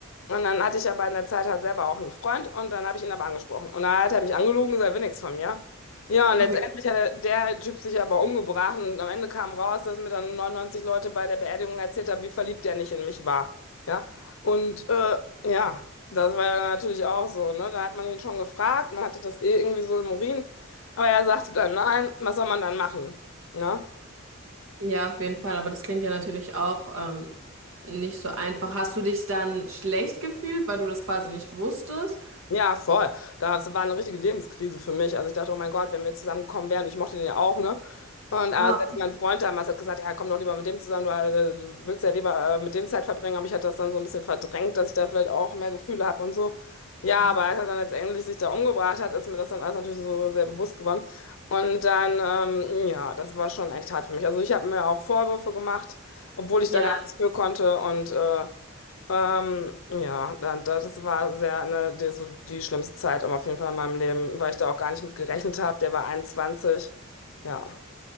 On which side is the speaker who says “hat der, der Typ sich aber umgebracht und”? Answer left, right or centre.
Left